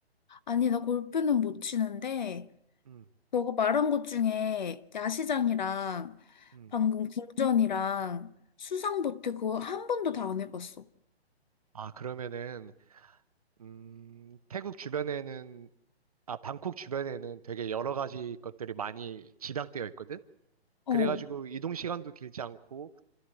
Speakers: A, on the left (about 45°); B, on the right (about 35°).
A: 아니 나 골프는 못 치는데
B: 음,
A: 너가 말한 것 중에 야시장이랑
B: 음.
A: 방금 궁전이랑 수상보트 그거 한 번도 다 안 해봤어.
B: 아, 그러면은, 음, 태국 주변에는 아, 방콕 주변에는 되게 여러 가지 것들이 많이 집약되어 있거든?
A: 어.
B: 그래가지고 이동 시간도 길지 않고